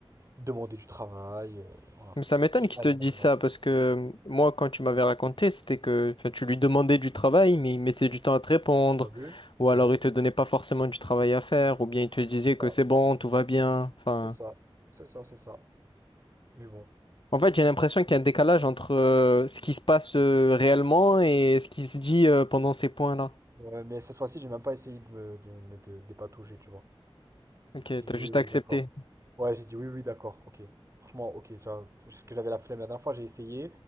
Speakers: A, on the right; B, on the left.
A: demander du travail, euh, voilà.
B: Mais ça m'étonne
A: Plus
B: qu'il
A: aller
B: te dise
A: vers les
B: ça
A: gens.
B: parce que euh, moi, quand tu m'avais raconté, c'était que enfin, tu lui demandais du travail, mais il mettait du temps à te répondre,
A: T'as vu?
B: ou
A: T'as
B: alors
A: vu?
B: il te donnait pas forcément du travail à faire, ou bien il te disait
A: C'est ça,
B: que c'est bon, tout va bien. Enfin,
A: c'est ça, c'est ça, c'est ça. Mais bon.
B: en fait, j'ai l'impression qu'il y a un décalage entre euh, ce qui se passe euh, réellement et ce qui se dit euh, pendant ces points-là.
A: Ouais, mais cette fois-ci, j'ai même pas essayé de me, de me de- dépatouiller, tu vois.
B: Ok,
A: J'ai
B: t'as
A: dit
B: juste
A: oui, oui,
B: accepté.
A: d'accord. Ouais, j'ai dit oui, oui, d'accord, ok. Franchement, ok, tu vois, parce que j'avais la flemme la dernière fois, j'ai essayé,